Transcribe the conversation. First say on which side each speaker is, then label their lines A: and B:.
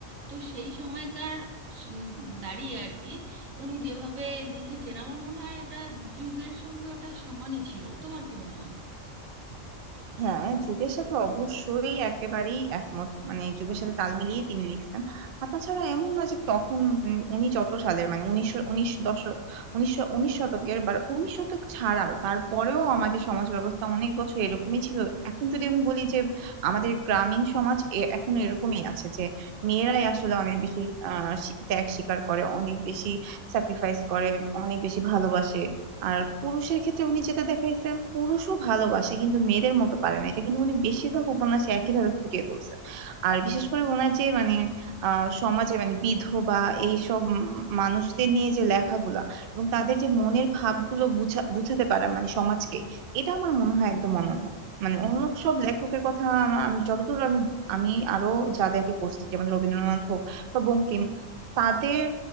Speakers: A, on the right (about 80°); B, on the right (about 60°).
A: তো সেই সময়কার স- উম দাঁড়িয়ে আর কি উনি যেভাবে লিখেছেন আমার মনে হয় ওটা যুগের সঙ্গে ওটা সমানই ছিল তোমার কি মনে হয়
B: হ্যাঁ যুগের সাথে অবশ্যই একেবারেই একমত মানে যুগের সাথে তাল মিলিয়ে তিনি লিখছেন আর তাছাড়া এমন না যে তখন উম উনি যত সালের মানে উনিশশো উনিশ দশক উনিশশো উনিশ শতকের বা উনিশ শতক ছাড়াও তারপরেও আমাদের সমাজ ব্যবস্থা অনেক বছর এরকমই ছিল এখন যদি আমি বলি যে আমাদের গ্রামীণ সমাজ এ- এখনো এরকমই আছে যে মেয়েরাই আসলে অনেক বেশি আহ শি- ত্যাগ স্বীকার করে অনেক বেশি স্যাক্রিফাইস করে অনেক বেশি ভালোবাসে আর পুরুষের ক্ষেত্রে উনি যেটা দেখাইছেন পুরুষও ভালোবাসে কিন্তু মেয়েদের মতো পারে না এটা কিন্তু উনি বেশিরভাগ উপন্যাসে একইভাবে ফুটিয়ে তুলছেন আর বিশেষ করে ওনার যে মানে আহ সমাজে মানে বিধবা এইসব উম মানুষদের নিয়ে যে লেখাগুলা এবং তাদের যে মনের ভাবগুলো বুঝা বুঝাতে পারা মানে সমাজকে এটা আমার মনে হয় একদম অনন্য মানে অন্য সব লেখকের কথা আমা- আমি যতদূর আমি আমি আরো যাদেরকে পড়ছি যেমন রবীন্দ্রনাথ হোক বা বঙ্কিম তাদের